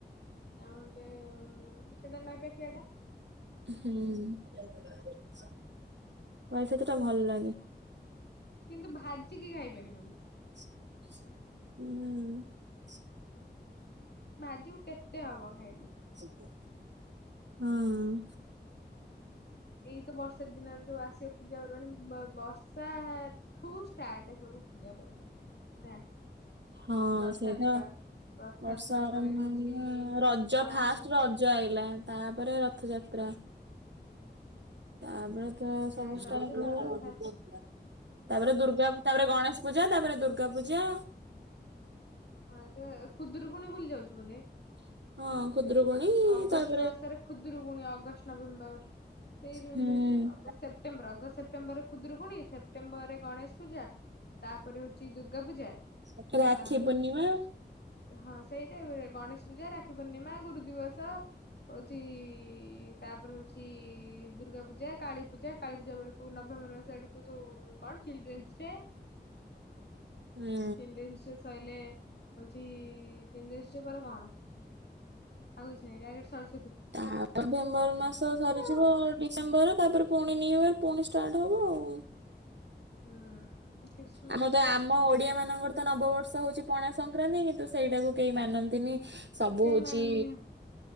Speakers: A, on the left (about 65°); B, on the right (about 80°).
A: ଆଉଟେ ସେଇଟା ନଈ ପାଖିଆଟା
B: ହୁଁ <unintelligible> କେତେଟା ଭଲ ଲାଗେ
A: କିନ୍ତୁ ଭାଜିିକି ଖାଇପାରିବୁନି
B: ହୁଁ
A: ବାଜୁ କେତେ ହବ ଖାଇବୁ।
B: ହଁ।
A: ଏଇତ ବର୍ଷା ଦିନରେ ସବୁ ଆସିବ ପୂଜାପର୍ବାଣୀ ବ-ବର୍ଷାଠୁ ଷ୍ଟାର୍ଟ ସବୁ ପୂଜା ପର୍ବାଣୀ ନା।
B: ହଁ
A: ରଥଯାତ୍ରା
B: ସେଇଟା
A: ରଥଯାତ୍ରା
B: ବର୍ଷା ଆରମ୍ଭ
A: ପରେ ହଉଛି
B: ହେଲା ରଜ
A: କଣ
B: ଫାର୍ଷ୍ଟ
A: ହଁ
B: ରଜ ଆଇଲା। ତାପରେ ରଥଯାତ୍ରା। ତାପରେ ତ ସବୁ
A: ଫାଷ୍ଟ
B: ଷ୍ଟାର୍ଟ
A: ରଜ ତାପରେ
B: ହେଲା
A: ରଥଯାତ୍ରା
B: <unintelligible> ତାପରେ ଦୁର୍ଗା ପୂ ତାପରେ ଗଣେଶ ପୂଜା ତାପରେ। ଦୁର୍ଗା ପୂଜା।
A: ହଁ ଯେ ଖୁଦୁରୁକୁୁଣି ଭୁଲି ଯାଉଛି ବୋଧେ।
B: ହଁ। ଖୁଦୁରୁକୁଣୀ
A: ଅଗଷ୍ଟ
B: ତାପରେ
A: ମାସରେ ଖୁଦୁରୁକୁଣି ଅଗଷ୍ଟ ନଭେମ୍ବର ସେଇ ଜୁନ୍
B: ହୁଁ
A: ସେପ୍ଟେମ୍ବର ଅଗଷ୍ଟ ସେପ୍ଟେମ୍ବରରେ ଖୁଦରୁକୁୁଣି ସେପ୍ଟେମ୍ବରରେ ଗଣେଶ ପୂଜା ତାପରେ ହଉଛି ଦୁର୍ଗା ପୂଜା।
B: ସତରେ ରାକ୍ଷୀ
A: ଆ
B: ପୂର୍ଣ୍ଣିମା।
A: ହଁ ସେଇ ଗଣେଶ ପୂଜା ରାକ୍ଷୀ ପର୍ଣ୍ଣିମା ଗୁରୁ ଦିବ ହଉଛି ତାପରେ ହଉଛି ଦୁର୍ଗା ପୂଜା, କାଳୀ ପୂଜା, କାଳୀ ପୂଜା ବେଳକୁ ନଭେମ୍ବର ମାସ ଆଡ଼କୁ ସୁ କଣ ଚିଲଡ୍ରେନ୍ସ ଡେ
B: ହୁଁ
A: ଚିଲଡ୍ରେନ୍ସ ଡେ ସଇଲେ ହଉଛି ଚିଲଡ୍ରେନ୍ସ ଡେ ପରେ କଣ? ଆଉ କିଛି ନାଇ ଡାଇରେକ୍ଟ ସରସ
B: ତାପ ନଭେମ୍ବର ମାସ ସରିଯିବ
A: ଆଉ।
B: ଡିସେମ୍ବର ତାପରେ ପୁଣି ନ୍ୟୁ ଇୟର। ପୁଣି ଷ୍ଟାର୍ଟ ହବ ଆଉ।
A: ହୁଁ। ଖ୍ରୀଷ୍ଟମାସ
B: ଆମର ତ
A: ଟା
B: ଆମ ଓଡିଆ ମାନଙ୍କର ତ ନବବର୍ଷ ହଉଛି ପଣା ସଂକ୍ରାନ୍ତି କିନ୍ତୁ ସେଇଟାକୁ କେହି ମାନନ୍ତିନି। ସବୁ
A: କେହି
B: ହଉଚି
A: ମାନନ୍ତିନି